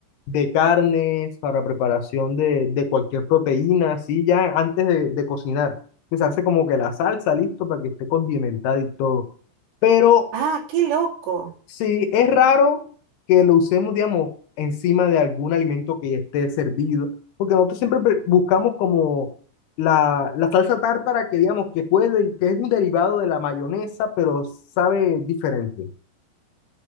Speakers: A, on the left; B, on the right.
A: de carnes, para preparación de, de cualquier proteína, así ya antes de, de cocinar, que se hace como que la salsa listo para que esté condimentada y todo. Pero
B: Ah, qué loco.
A: Sí, es raro que lo usemos, digamos, encima de algún alimento que ya esté servido, porque nosotros siempre pre- buscamos como la, la salsa tártara que, digamos, que puede, que es un derivado de la mayonesa, pero sabe diferente.